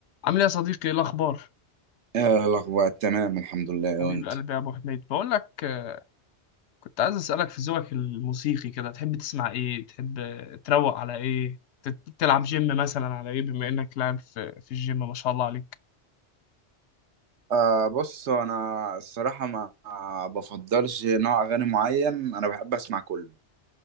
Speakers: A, on the left; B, on the right.
A: عامل ايه يا صديقي ايه الاخبار
B: آه، الأخبار تمام الحمد لله
A: حبيب
B: وأنت
A: قلبي يا ابو حميد بقول لك آه، كنت عايز اسالك في ذوقك الموسيقي كده تحب تسمع ايه تحب آه، تروق على ايه ت- تلعب جيم مثلا على ايه بما انك لاعب في, في الجيم ما شاء الله عليك
B: آه بص أنا الصراحة ما ما بفضلش نوع أغاني معين أنا بحب أسمع كله